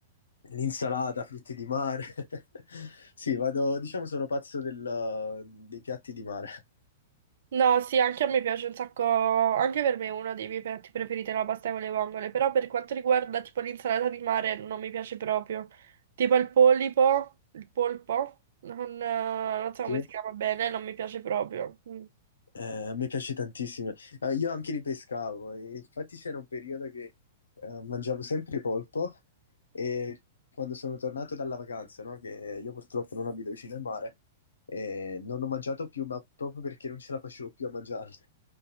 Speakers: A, on the left; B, on the right.
A: l'insalata, frutti di mare. <laughs> Sì, vado, diciamo sono pazzo del- dei piatti di mare.
B: No, sì, anche a me piace un sacco, anche per me è uno dei miei piatti preferiti la pasta con le vongole, però per quanto riguarda tipo l'insalata di mare non mi piace proprio, tipo il polipo, il polpo, non, eh, non so come
A: Sì?
B: si chiama bene, non mi piace proprio. Mm.
A: Eh, a me piace tantissimo. Eh, io anche li pescavo, e infatti c'era un periodo che eh, mangiavo sempre polpo e quando sono tornato dalla vacanza, no, che io purtroppo non abito vicino al mare, eh, non ho mangiato più, ma proprio perché non ce la facevo più a mangiarli. Eh,